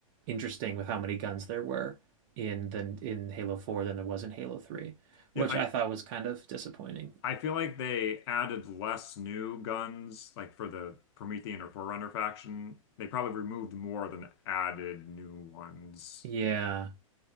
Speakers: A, on the right (about 40°); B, on the left (about 50°).
A: interesting with how many guns there were in than in Halo 4 than there was in Halo 3, which
B: Yeah, I
A: I thought was kind of disappointing.
B: I feel like they added less new guns like for the Promethean or Forerunner faction. They probably removed more than added new ones.
A: Yeah,